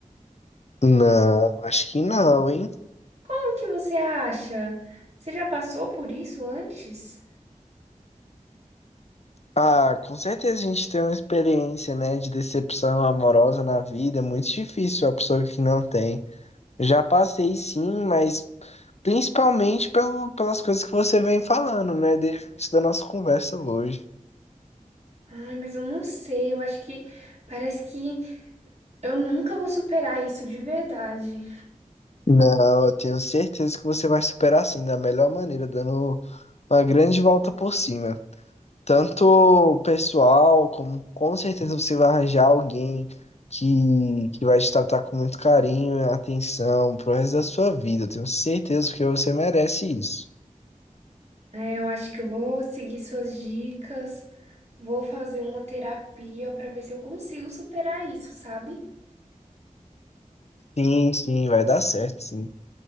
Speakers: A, on the left; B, on the right.
A: Não, acho que não, hein?
B: Como que você acha? Você já passou por isso antes?
A: Ah, com certeza a gente tem uma experiência, né, de decepção amorosa na vida, é muito difícil a pessoa que não tem. Já passei sim, mas principalmente pelo, pelas coisas que você vem falando, né, desde o início da nossa conversa hoje.
B: Ai, mas eu não sei, eu acho que parece que eu nunca vou superar isso de verdade.
A: Não, eu tenho certeza que você vai superar sim, da melhor maneira, dando uma grande volta por cima. Tanto o pessoal, como com certeza você vai arranjar alguém que, que vai te tratar com muito carinho e atenção pro resto da sua vida. Eu tenho certeza, porque você merece isso.
B: É, eu acho que eu vou seguir suas dicas, vou fazer uma terapia pra ver se eu consigo superar isso, sabe?
A: Sim, sim, vai dar certo, sim.